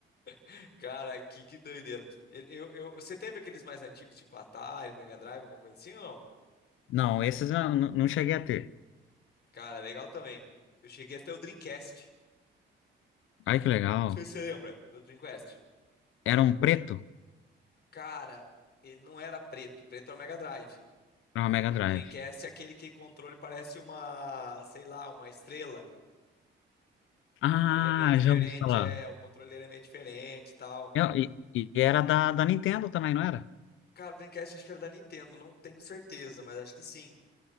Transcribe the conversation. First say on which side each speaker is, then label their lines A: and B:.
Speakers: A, on the left; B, on the left.
A: <laughs> cara, que, que doideira. Eu, eu, eu- você teve aqueles mais antigos, tipo Atari, Mega Drive, alguma coisa assim ou não?
B: Não, esses eu não, não cheguei a ter.
A: Cara, legal também. Eu cheguei até o Dreamcast.
B: Ai, que legal.
A: Não sei se você lembra do Dreamcast.
B: Era um preto?
A: Cara, ele não era preto. Preto era o Mega Drive.
B: Era uma Mega
A: O
B: Drive.
A: Dreamcast é aquele que controle parece uma, sei lá, uma estrela.
B: Ah,
A: Ele é meio diferente,
B: já ouvi falar.
A: é, o controle dele é meio diferente e tal.
B: Eu- E, e era da, da Nintendo também, não era?
A: Cara, o Dreamcast acho que era da Nintendo, não tenho certeza, mas acho que sim.